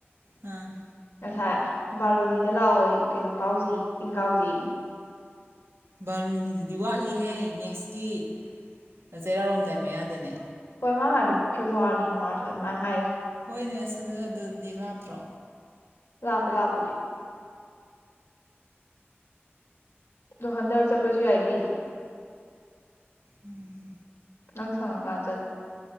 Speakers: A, on the right (about 80°); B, on the left (about 90°).
A: ꯑꯝ
B: ꯉꯁꯥꯏ ꯕꯥꯔꯣꯅꯤꯗ ꯂꯥꯛꯑꯣꯏ ꯀꯩꯅꯣ ꯀꯥꯎꯁꯤ ꯆꯤꯡ ꯀꯥꯎꯁꯤ
A: ꯕꯥꯔꯣꯅꯤꯗꯨꯗꯤ ꯋꯥꯠꯂꯤꯍꯩ ꯅꯦꯛꯁꯀꯤ ꯅ ꯆꯩꯔꯥꯎꯔꯣꯝꯗꯥꯏ ꯃꯌꯥꯗꯅꯦ
B: ꯀꯩꯅꯣ ꯃꯥ ꯍꯥꯏꯕꯗꯨꯕꯨ ꯐꯦꯕꯋꯥꯔꯤ ꯃꯥꯔꯆ ꯑꯗꯨꯃꯥꯏꯅ ꯍꯥꯏꯌꯦ
A: ꯍꯣꯏꯅꯦ ꯁꯤ ꯑꯗꯨꯗꯤ ꯂꯥꯞꯇ꯭ꯔꯣ
B: ꯂꯥꯞꯄꯦ ꯂꯥꯞꯄꯨꯗꯤ ꯗꯣ ꯍꯥꯟꯗꯛ ꯆꯠꯄꯁꯨ ꯌꯥꯏꯒ
A: ꯎꯝ
B: ꯅꯪ ꯁꯪꯉꯀꯥꯟ